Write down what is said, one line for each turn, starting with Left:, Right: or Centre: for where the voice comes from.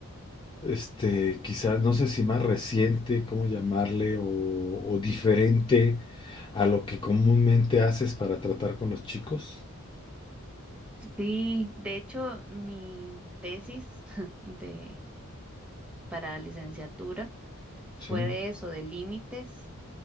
Left: este, quizás, no sé si más reciente, cómo llamarle, o, o diferente a lo que comúnmente haces para tratar con los chicos?
Centre: Sí, de hecho, mi tesis <laughs> de para licenciatura fue
Left: Sí.
Centre: de eso, de límites